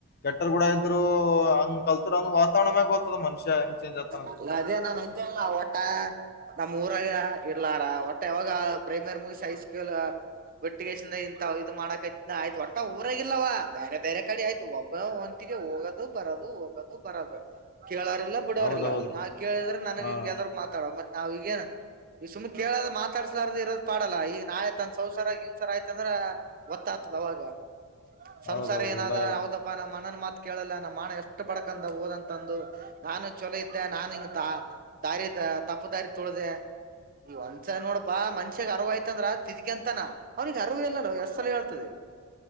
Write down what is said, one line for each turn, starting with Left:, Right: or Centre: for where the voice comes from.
Left: ಕೆಟ್ಟರ್ ಕೂಡ ಇದ್ರು ಹಂಗ್ ಕಲ್ತರನ್ನೂ ವಾತಾವರಣ <unintelligible> ಮನುಷ್ಯ ಹೆಂಗ ಚೇಂಜ್ ಆಗ್ತದ
Right: ಅಲ್ಲ ಅದೇ ನಾ ಅಂತಿಲ್ಲ ಒಟ್ಟಾ ನಮ್ಮ್ ಊರಾಗ ಇರ್ಲಾರಾ - ಯಾವಾಗ ಪ್ರೈಮಿಯರ್ ಮೂಗ್ಸಿ ಹೈಸ್ಕೂಲ್ ಹಾ ಒಟ್ಟಿಗೆೇಶಿಂದ ಇಂತ ಇದು ಮಾಡಾಕ ಆಯಿತಾ ಆಯ್ತು ಒಟ್ಟ ಊರಾಗಿಲ್ಲವ ಬೇರೆ. ಬೇರೆ ಕಡೆ ಆಯ್ತು ಒಬ್ಬ ಒಂತಿಗೆ ಹೋಗದು ಬರೋದು ಹೋಗೋದು ಬರೋದು ಕೇಳರೆಲ್ಲ. ಬಿಡೋರಿಲ್ಲಾ
Left: ಹೌದೌದು
Right: ನಾ ಕೇಳಿದ್ರೆ ನನ್ಗೆ
Left: ಹ
Right: ಹಿಂಗ ಎದ್ರು ಮಾತಾಡ ಮತ್ತ್ ನಾವ್ ಈಗೇನ್. ಈ ಸುಮ್ ಕೇಳಿದ ಮಾತಾಡ್ಸಲಾರ್ದ ಇರೋದು ಪಾಡಲ್ಲ ಈಗ ನಾಯ್. ತನ್ ಸೌಸಾರ ಗಿನ್ಸರ್ ಆಯ್ತಾ ಅಂದ್ರ್ ಒತ್ತಾಯತು ಅವಾಗ. ಸಂಸಾರ
Left: ಹೌದೌದು
Right: ಏನಾದ
Left: ಎಲ್ಲ
Right: ಹೌದಪ್ಪ ನಮ್ಮ್ ಅಣ್ಣನ್ ಮಾತ್. ಕೇಳಲ್ಲ ನಮ್ಮ ಮಾನ ಎಷ್ಟು ಬಡಕಂಡ್ ಓದಂತಂದು ನಾನು ಚೊಲೋ. ನಾನ್ ಹಿಂಗ ತಾ ದಾರಿ ದ ತಪ್ಪು ದಾರಿ ತುಲ್ದೇ. ಈಗ ಒಂದ್ಸಲ ನೋಡಪ್ಪಾ ಮನಷ್ಯನ ಅರವ ಆಯ್ತಂದ್ರ ತಿಡ್ಕೊಂತನಾ ಅವ್ರುಗೆ ಅರವೇ ಇಲ್ಲಲ್ವೋ ಎಷ್ಟ್ ಸಲ ಹೇಳ್ತಾದೆ.